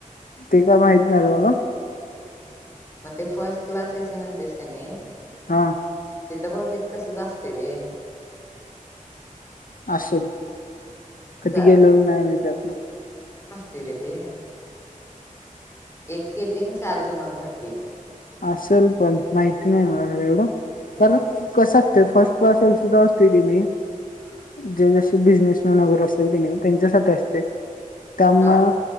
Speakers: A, on the left; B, on the left.
A: ते काय माहित नाही र मला
B: म ते फस्ट क्लास अससमंत तेसकनी ते
A: हा
B: तर बहुतेक तस जा असते रे
A: असेल
B: म्हणजे
A: कधी गेलं नाही मिे त्यातन ना
B: फिर ते आहे एक के तीन चार जणांसाठी बहुतेक
A: असल पण माहिती नाही मला घर एवढं तर कसं असत फर्स्ट क्लासल सुद्धा असते की नाहीी
B: हा
A: जे जशी बिझनेसमॅन वगैरे असेल की नाही त्यांच्यासाठी असते त्यामु
B: का